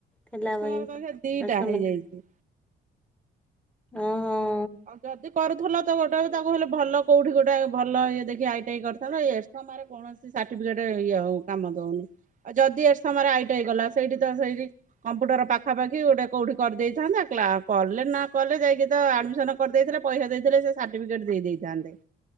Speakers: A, in the centre; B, on the right.
A: ଥିଲା
B: ଏରସମାର
A: ବଇ
B: ତ
A: ଦଶମ
B: ଦିଟା ହେଇଯାଇଛି।
A: ଓଃ!
B: ଆଉ ଯଦି କରୁଥିଲ ତ ଗୋଟେ ବି ତାକୁ ହେଲେ ଭଲ କୋଉଠି ଗୋଟାଏ ଭଲ ଇଏ ଦେଖି ଆଇ ଟି ଆଇ କରିଥାନ୍ତ, ଏ ସମୟରେ କୌଣସି ସାର୍ଟିଫିକେଟ ଇଏ ହୋ କାମ ଦଉନି। ଆଉ ଯଦି ଏ ସମୟରେ ଆଇ ଟି ଆଇ କଲା, ସେଇଠି ତ ସେଇଠି କମ୍ପ୍ୟୁଟର ପାଖାପାଖି ଗୋଟେ କୋଉଠି କରିଦେଇ ଥାନ୍ତା, କ୍ଲାସ୍ କଲେ ନା କଲେ ଯାଇକି ତ ଆଡମିସନ କରିଦେଇଥିଲେ ପଇସା ଦେଇଥିଲେ ସେ ସାର୍ଟିଫିକେଟ ଦେଇ ଦେଇ ଥାନ୍ତେ।